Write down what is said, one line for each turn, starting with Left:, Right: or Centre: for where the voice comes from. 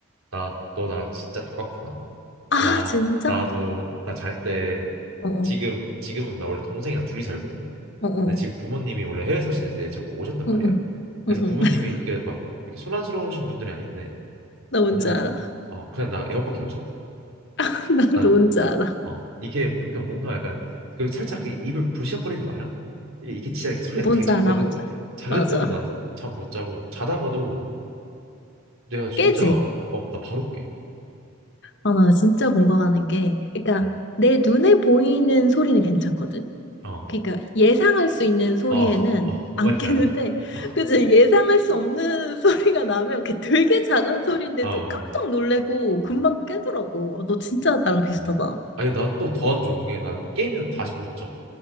Right: 나 너 나랑 진짜 똑같구나.
Left: 아,
Right: 나
Left: 진짜?
Right: 나도 나 잘 때
Left: 어어,
Right: 지금 지금은 나 원래 동생이랑 둘이 살거든.
Left: 어어,
Right: 근데 지금 부모님이 원래 해외 사시는데 제가 뭐 오셨단
Left: 어어,
Right: 말이야. 그래서
Left: 어어.
Right: 부모님이
Left: <laughs>
Right: 이게 막 이렇게 소란스러우신 분들이 아닌데
Left: 나 뭔지
Right: 그냥
Left: 알아.
Right: 어 그냥 나 에어팟 끼고 자.
Left: <laughs> 나도
Right: 난
Left: 뭔지 알아.
Right: 어, 이게 그 뭔가 약간 그 살짝 그 입을 부시럭거리는 거 알아? 이게, 이게 진짜 이렇게 소리가
Left: 뭔지
Right: 되게 작거든.
Left: 알아, 뭔지 알아.
Right: 작은데도
Left: 맞아.
Right: 나는 잠 못 자고 자다가도 내가 진짜
Left: 깨지?
Right: 어, 나 바로 깨.
Left: 아, 나 진짜 공감하는 게, 그러니까
Right: 응.
Left: 내 눈에 보이는 소리는 괜찮거든?
Right: 어,
Left: 그러니까 예상할 수 있는 소리에는
Right: 어, 어, 뭔
Left: 안
Right: 말인지
Left: 깨는데
Right: 알아. 어,
Left: 그치 예상할 수 없는 <laughs> 소리가 나면 그게 되게 작은 소리인데도
Right: 아 맞아.
Left: 깜짝 놀래고
Right: 어,
Left: 금방 깨더라고. 아, 너 진짜 나랑 비슷하다.
Right: 어. 아니 난 또 더 안 좋은 게 나는 깨면 다시 못 자.